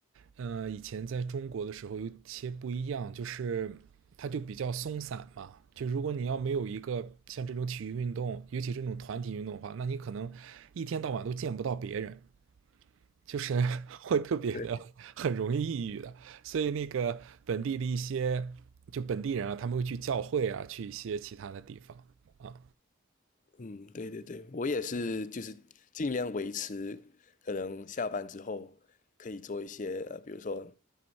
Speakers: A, on the right; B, on the left.
A: 呃，以前在中国的时候有些不一样，就是它就比较松散嘛。就如果你要没有一个像这种体育运动，尤其这种团体运动的话，那你可能一天到晚都见不到别人，就是 <laughs> 会特别的很容易抑郁的。
B: 对，
A: 所以那个本地的一些就本地人啊，他们会去教会啊，去一些其他的地方啊。
B: 嗯，对对对，我也是，就是尽量维持，可能下班之后可以做一些呃，比如说